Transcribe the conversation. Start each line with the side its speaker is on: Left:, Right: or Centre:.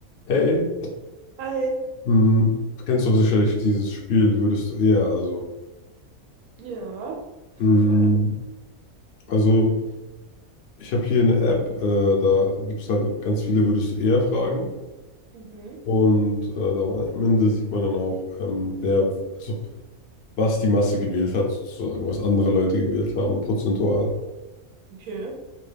Left: Hey,
Right: Hi.
Left: hm, du kennst doch sicherlich dieses Spiel, würdest du eher, also,
Right: Ja, auf
Left: hm,
Right: jeden Fall.
Left: also ich habe hier eine App, äh, da gibt es halt ganz viele würdest du eher Fragen
Right: Mhm.
Left: und äh, da, am Ende sieht man dann auch, ähm, wer, also was die Masse gewählt hat, sozusagen, was andere Leute gewählt haben, prozentual.
Right: Okay.